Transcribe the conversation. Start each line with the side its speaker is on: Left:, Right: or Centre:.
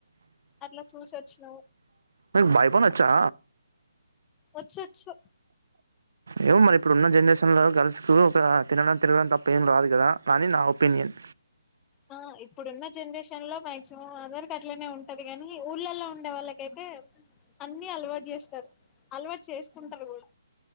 Left: అట్లా చూసి వచ్చినం
Right: బాయి పని వచ్చా
Left: వచ్చు వచ్చు
Right: ఎమో మరి ఇప్పుడు ఉన్న జనరేషన్ లో గర్ల్స్ కు ఒక తినడం తిరగడం తప్ప ఏం రాదు కదా అని నా ఒపీనియన్
Left: ఆ ఇప్పుడున్న జనరేషన్ లో మాక్సిమం ఆందరికి అట్లనే ఉంటది కాని ఊర్లలో ఉండే వాళ్ళకైతే అన్ని అలవాటు చేస్తారు అలవాటు చేసుకుంటారు కూడా